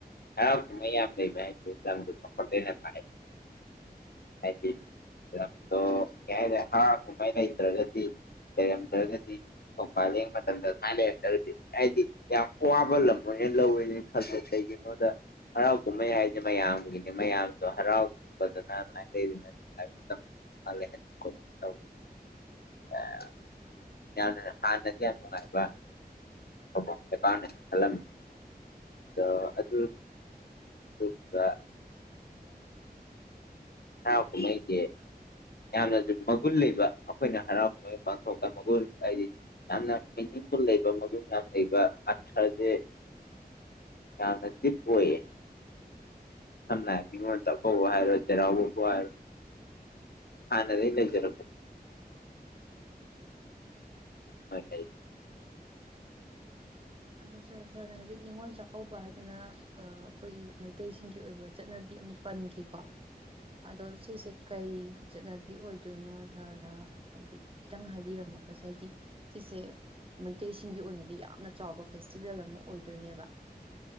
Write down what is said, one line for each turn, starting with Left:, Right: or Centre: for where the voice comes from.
Left: ꯍꯔꯥꯎ ꯀꯨꯝꯃꯩ ꯌꯥꯝ ꯂꯩꯕ ꯍꯥꯏꯖꯦ ꯂꯝꯗꯣ ꯆꯥꯎꯈꯠꯂꯦꯅ ꯇꯥꯛꯏꯅꯤ ꯍꯥꯏꯗꯤ ꯂꯝꯗꯣ ꯀꯩ ꯍꯥꯏꯇꯥꯦ ꯍꯥꯔ ꯀꯨꯝꯍꯩ ꯂꯩꯇ꯭ꯔꯒꯗꯤ ꯂꯩꯔꯝꯗ꯭ꯔꯒꯗꯤ ꯊꯧꯄ ꯂꯦꯡꯕ ꯃꯇꯝꯗ ꯑꯗꯨꯃꯥꯏꯅ ꯂꯩꯔꯝꯗ꯭ꯔꯒꯗꯤ ꯍꯥꯏꯗꯤ ꯌꯥꯝ ꯑꯋꯥꯕ ꯂꯝ ꯑꯣꯏꯅ ꯂꯧꯋꯦꯅ ꯈꯜꯂꯦ ꯀꯩꯒꯤꯅꯣꯗ ꯍꯔꯥꯎ ꯀꯨꯝꯍꯩ ꯍꯥꯏꯗꯤꯦ ꯃꯌꯥꯝꯒꯤꯅꯤ ꯃꯌꯥꯝꯗꯣ ꯍꯔꯥꯎꯄꯗꯅ ꯑꯗꯨꯃꯥꯏꯅ <inaudible> <unintelligible> ꯌꯥꯝꯅ ꯍꯥꯟꯅꯗꯤ ꯌꯥꯝ ꯅꯨꯡꯉꯥꯏꯕ ꯐꯐꯝ ꯂꯩꯀꯥꯎꯅꯦꯅ ꯈꯜꯂꯝꯃꯤ ꯑꯗꯣ ꯑꯗꯨ ꯑꯗꯨꯒꯕ ꯍꯥ ꯍꯨꯃꯥꯏꯒꯦ ꯌꯥꯝꯅꯁꯨ ꯃꯒꯨꯟ ꯂꯩꯕ ꯑꯩꯈꯣꯏꯅ ꯍꯔꯥꯎ ꯀꯨꯝꯍꯩ ꯄꯥꯡꯊꯣꯛꯄ ꯃꯒꯨꯟ ꯍꯥꯏꯗꯤ ꯌꯥꯝꯅ ꯃꯤꯅꯤꯡꯐꯨꯜ ꯂꯩꯕ ꯃꯒꯨꯟ ꯌꯥꯝ ꯂꯩꯕ ꯑꯊ꯭ꯔꯁꯦ ꯌꯥꯝꯅ ꯗꯤꯞ ꯑꯣꯏꯌꯦ ꯁꯝꯅ ꯍꯥꯏꯔꯕꯗ ꯃꯤꯉꯣꯟꯗ ꯑꯐꯧꯕ ꯍꯥꯏꯔꯣ ꯆꯩꯔꯥꯎꯕꯕꯨ ꯍꯥꯏꯔꯣ ꯍꯅ ꯏ ꯂꯩꯖꯔꯄ ꯍ ꯇ
Right: ꯑꯗꯣ ꯁꯥꯔ ꯁꯥꯔꯅ ꯍꯧꯖꯤꯛ ꯅꯤꯉꯣꯜ ꯆꯥꯛꯀꯧꯕ ꯍꯥꯏꯗꯅ ꯑꯩꯈꯣꯏꯒꯤ ꯃꯩꯇꯩꯁꯤꯡꯒꯤ ꯑꯣꯏꯕ ꯆꯠꯅꯕꯤ ꯑꯃ ꯄꯟꯈꯤꯀꯣ ꯑꯗꯣ ꯁꯤꯁꯦ ꯀꯩ ꯆꯠꯅꯕꯤ ꯑꯣꯏꯗꯣꯏꯅꯣ ꯁꯥꯔꯅ ꯍꯥꯏꯗꯤ ꯈꯤꯇꯪ ꯍꯥꯏꯕꯤꯔꯝꯃꯣꯕꯁꯦ ꯍꯥꯏꯗꯤ ꯁꯤꯁꯦ ꯃꯩꯇꯩꯁꯤꯡꯒꯤ ꯑꯣꯏꯅꯗꯤ ꯌꯥꯝꯅ ꯆꯥꯎꯕ ꯐꯦꯁꯇꯤꯚꯦꯜ ꯑꯃ ꯑꯣꯏꯗꯣꯏꯅꯦꯕ